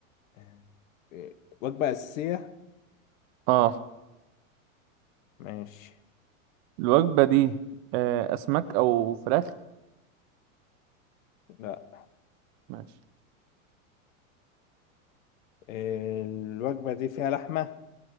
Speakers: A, on the left (about 70°); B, on the right (about 50°).
A: آه، وجبة أساسية
B: اه
A: ماشي
B: الوجبة دي آه، اسماك او فراخ
A: لا
B: ماشي
A: الوجبة دي فيها لحمة